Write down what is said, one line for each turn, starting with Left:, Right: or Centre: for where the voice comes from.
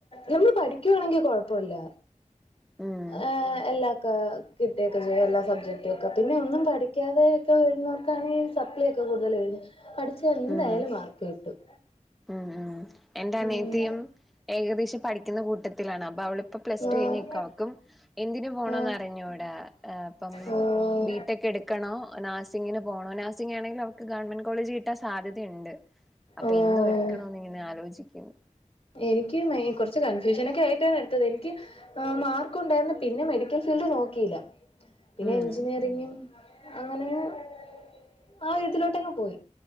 Left: നമ്മള് പഠിക്കുവാണെങ്കിൽ കൊഴപ്പമില്ല
Centre: ഉം
Left: ഏ എല്ലാ- കിട്ടുകയൊക്കെ ചെയ്യാം എല്ലാ സബ്ജക്റ്റും ഒക്കെ പിന്നെ ഒന്നും പഠിക്കാതെയൊക്കെ വരുന്നവർക്കാണ് ഈ സപ്ലി ഒക്കെ- കൂടുതൽ കഴിഞ്ഞ് പഠിച്ച എന്തായാലും
Centre: ഉം
Left: മാർക്ക് കിട്ടും
Centre: ഉം ഉം എന്റെ
Left: ഉം
Centre: അനിയത്തിയും ഏകദേശം പഠിക്കുന്ന കൂട്ടത്തിലാണ് അപ്പൊ അവള്- ഇപ്പൊ പ്ലസ് ടു
Left: ആഹ്
Centre: കഴിഞ്ഞ് നിക്കുവാണ് അവക്കും എന്തിന് പോണോന്ന്
Left: ആഹ്
Centre: അറിഞ്ഞുടാ അപ്പം
Left: ഓഹ്
Centre: ബിടെക് എടുക്കണോ നാഴസിങ്ങിന് പോണോ നാസ് - സിങ്ങാണെൽ അവൾക്ക് ഗവൺമെന്റ് കോളേജ് കിട്ടാൻ സാധ്യതുണ്ട് അപ്പൊ
Left: ഓഹ്
Centre: എന്തോ എടുക്കണന്നിങ്ങനെ- ആലോചിക്കുന്നു
Left: എനിക്ക് കൊറച്ച് കൺഫ്യൂഷൻ ഒക്കെ ആയിട്ടാണ് എടുത്തത് എനിക്ക് മാർക്ക് ഉണ്ടായരുന്നു പിന്നെ മെഡിക്കൽ ഫീ ൽ ഫീഡ് നോക്കിയില്ല പിന്നെ
Centre: ഉം
Left: എഞ്ചിനീറിങ്ങും അങ്ങനെ - ആ വിധത്തിലോട്ടങ്ങങ് പോയി